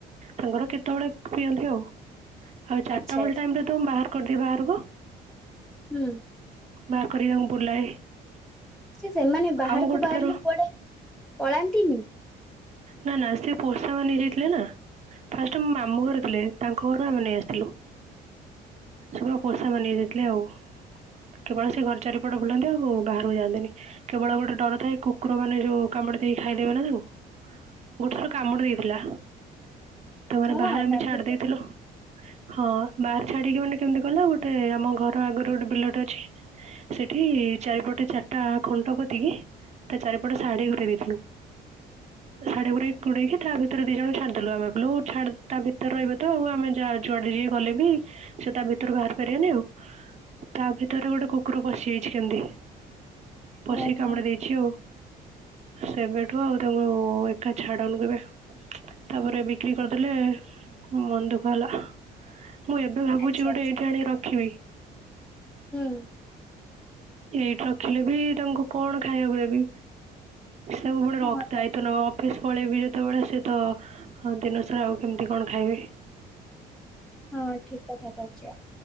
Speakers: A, on the right; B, in the centre.
A: ତାଙ୍କର କେତେବେଳେ ପିଅନ୍ତି ଆଉ। ଆଉ ଚାରିଟା
B: ଆଚ୍ଛା
A: ବେଳ
B: ଆଚ୍ଛା
A: ଟାଇମ ରେ ତ ବାହାର କରିଦିଏ ବାହାରକୁ।
B: ହୁଁ।
A: ବାହାର କରି ତାଙ୍କୁ ବୁଲାଏ।
B: ସେ ସେମାନେ ବାହାରକୁ
A: ଆଉ ଗୋଟେ
B: ବାହାରିଲେ
A: ଥର
B: କୁଆଡେ ପଳାନ୍ତିନି?
A: ନା-ନା ସେ ପୋସା ମାନି ଜାଇଥିଲେ ନା। ଫାଷ୍ଟ ମୋ ମାମୁଁ ଘରେ ଥିଲେ ତାଙ୍କ ଘରୁ ଆମେ ନେଇ ଆସିଥିଲୁ। ସେ ପୁରା ପୋସା ମାନି ଯାଇଥିଲେ ଆଉ। କେବଳ ସେ ଘର ଚାରିପଟ ବୁଲାନ୍ତି ଆଉ ବାହାରକୁ ଯାଆନ୍ତିନି କେବଳ ଗୋଟେ ଡର ଥାଏ କୁକୁର ମାନେ ଯୋଉ କାମ କାମୁଡି ଦେଇକି ଖାଇଦେବେ ନା ତାଙ୍କୁ ଗୋଟେ ଥର କାମୁଡି ଦେଇଥିଲା। ତାମାନେ
B: ହଁ
A: ବାହାରେ ଆମ
B: କାମୁଡି
A: ଛାଡି ଦେଇଥିଲୁ। ହଁ ବାହାର ଛାଡିକି ମାନେ କେମିତି କଇଲ ଗୋଟେ ଆମ ଘର ଆଗରୁ ଗୋଟେ ବିଲଟ ଅଛି। ସେଠି ଚାରିପଟେ ଚାରିଟା ଖଣ୍ଟ କତିକି ତା ଚାରିପଟେ ଶାଢୀ ଘରେ ଦେଇଥିଲୁ। ଶାଢ଼ୀ ଗଡ ଘୁଡେଇକି ତା ଭିତରେ ଦି ଜଣ ଛାଡିଦେଲୁ ଆମେ ଲ ଛାଡ ତା ଭିତରେ ରହିବେ ତ ଆଉ ଆମେ ଯାହା ଯୁଆଡେ ଯ ଗଲେ ବି ସେ ତା ଭିତରୁ ବାହାରି ପାରିବେନି ଆଉ। ତା ଭିତରେ ଗୋଟେ କୁକୁର ପଶିଯାଇଚି କେମତି। ପଶି
B: ଓହୋ
A: କାମୁଡା ଦେଇଛି ଆଉ ସେବେଠୁ ଆଉ ତାଙ୍କୁ ହଉ ଏକା ଛାଡନୁ କେବେ। ତାପରେ ବିକ୍ରି କରିଦେଲେ ମନ ଦୁଃଖ ହେଲା। ମୁଁ ଏବେ ଭାବୁଚି
B: ଆଚ୍ଛା
A: ଗୋଟେ
B: ଆଚ୍ଛା
A: ଏଇଠି ଆଣିକି ରଖିବି।
B: ହୁଁ।
A: ଏଇଠି ରଖିଲେ ବି ତାଙ୍କୁ କଣ ଖାଇବାକୁ ଦେବି? ସବୁବେଳେ ରଖ
B: ହଁ
A: ଦାୟୀ
B: ତ
A: ଅଫିସ ପଳେଇବି ଯେତେବେଳେ ସେ ତ ଦିନସାରା ଆଉ କେମିତି କଣ ଖାଇବେ?
B: ହଁ ଠିକ କଥା କହିଛ